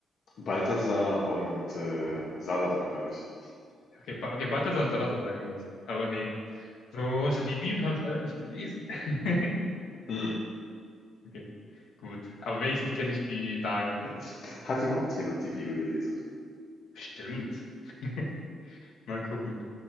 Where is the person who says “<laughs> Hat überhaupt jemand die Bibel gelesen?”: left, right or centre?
Left